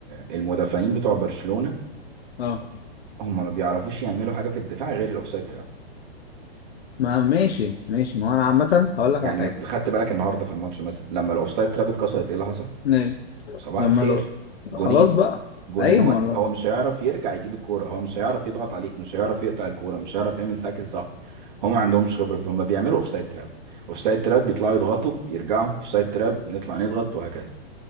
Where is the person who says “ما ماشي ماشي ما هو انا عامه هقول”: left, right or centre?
Left